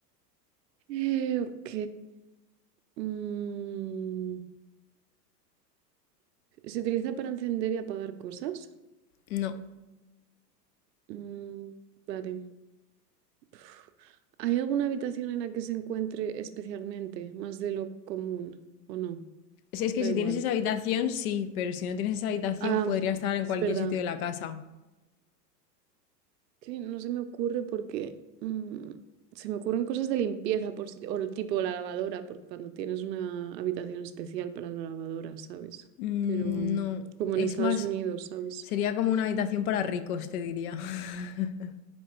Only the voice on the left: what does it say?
No.
Es es que
si
tienes esa habitación, sí, pero si no tienes esa habitación,
podría estar en
cualquier
sitio de la casa.
Mm,
No,
es
más,
sería como una habitación para ricos, te diría. <laughs>